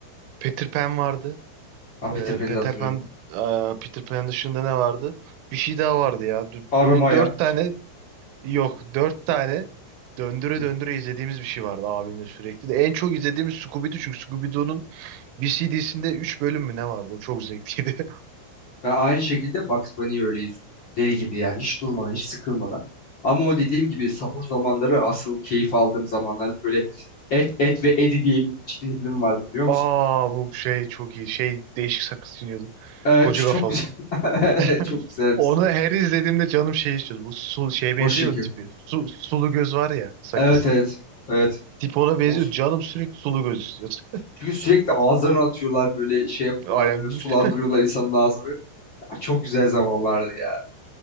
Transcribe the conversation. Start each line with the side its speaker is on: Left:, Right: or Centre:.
Right: Peter Pan vardı.
Left: Ah, Peter
Right: Ee,
Left: Pan'i
Right: Peter
Left: de hatırlıyorum.
Right: Pan, e, Peter Pan dışında ne vardı? Bir şey daha vardı ya. Dü-
Left: Aramaya.
Right: Böyle dört tane yok, dört tane döndüre
Left: Hı.
Right: döndüre izlediğimiz bir şey vardı abimle sürekli. De en çok izlediğimiz Scooby-Doo çünkü Scooby-Doo'nun bir CD'sinde 3 bölüm mü ne vardı? O çok zevkliydi.
Left: Ve aynı şekilde Bugs Bunny'i öyle izliyorum. Deli gibi ya. Hiç durmadan, hiç sıkılmadan. Ama o dediğim gibi sahur zamanları asıl keyif aldığım zamanlar böyle Et, Et ve Eddie diye bir çizgi film vardı
Right: <laughs>
Left: biliyor musun?
Right: Aa bu şey çok iyi. Şey değişik sakız çiğniyordu.
Left: Evet,
Right: Koca
Left: ç- çok
Right: kafalı.
Left: güzel.
Right: <laughs>
Left: <laughs> Çok güzel.
Right: Onu her izlediğimde canım şey istiyordu. Bu sul şeye benziyor
Left: O şekil.
Right: ya tipi. Su, sulu göz var ya sakız.
Left: Evet evet. Evet.
Right: Tip ona benziyor.
Left: O,
Right: Canım sürekli sulu göz istiyordu.
Left: Çünkü sürekli ağızlarına atıyorlar böyle şey yapıyorlar
Right: <laughs>
Left: böyle sulandırıyorlar insanın ağzını. Ya çok güzel zamanlardı ya.